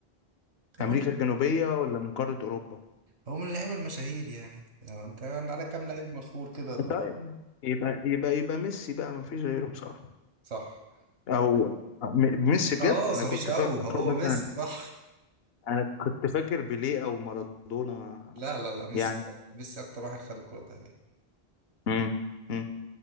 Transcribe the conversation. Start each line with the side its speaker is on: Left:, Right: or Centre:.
Right: هو
Left: أمريكا
Right: من
Left: الجنوبية ولا من قارة أوروبا؟
Right: هو من اللعيبة المشاهير يعني آه، انت انت عندك كام لعيب مشهور كده اللي
Left: طيب
Right: هو
Left: يبقى يبقى يبقى ميسي بقى ما فيش غيره بصراحة
Right: صح
Left: أو م- ميسي بجد
Right: خلاص
Left: أنا
Right: ما
Left: كنت
Right: فيش او
Left: فاكره
Right: هو
Left: مثلا
Right: ميسي صح
Left: أنا كنت فاكر بيليه أو مارادونا
Right: <laughs> لا لا لا ميسي
Left: يعني
Right: ميسي اكتر واحد خد الكرة الذهبية
Left: امم امم